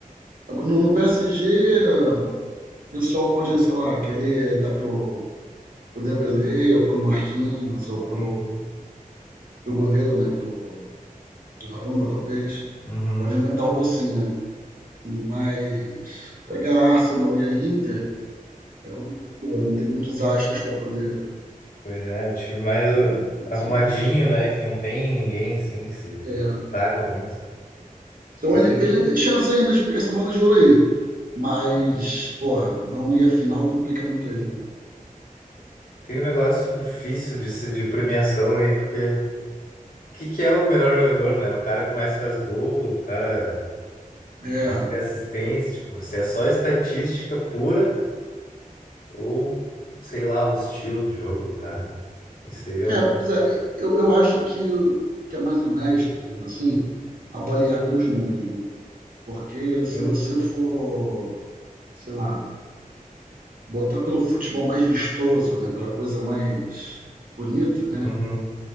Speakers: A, on the right (about 80°); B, on the left (about 80°).
A: Agora, No, no PSG, o pessoal pode, sei lá, querer dar pro, pro Dembélé, ou pro Marquinhos, ou pro,
B: Sim.
A: pro goleiro, né? Pro Donnarumma, talvez.
B: Uhum.
A: Pode inventar algo assim, né? Mas pegar Arsenal e a Inter, é como tu falou, não tem muitos astros para poder
B: Pois é, o time mais uh,
A: roubar.
B: arrumadinho,
A: assim.
B: né? Que não tem ninguém, assim, que se
A: É.
B: destaca muito.
A: Então
B: Vai
A: ele,
B: ser lindo.
A: ele tem chance ainda de pegar essa bola de ouro aí. Mas, porra, não ir à final complica muito ele. né?
B: Tem um negócio difícil de, se- de premiação aí, porque o que, que é o melhor jogador, né? O cara que mais faz gol, o cara
A: É,
B: que mais tem assistência, tipo, se é só estatística pura ou, sei lá, o estilo de jogo do cara. Isso aí eu.
A: é pois é, eu, eu acho que, o- que é mais honesto, digamos assim, avaliar pelos números, né? Porque se
B: Sim.
A: você for, sei lá, botar pelo futebol mais vistoso, né? Pela coisa mais bonita, né?
B: Uhum.